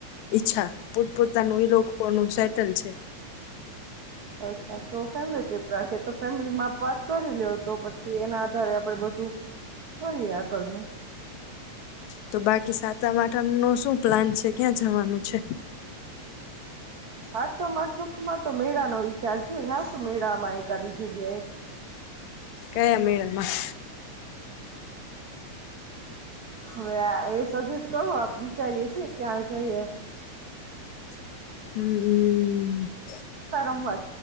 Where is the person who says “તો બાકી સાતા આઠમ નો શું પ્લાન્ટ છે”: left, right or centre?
Left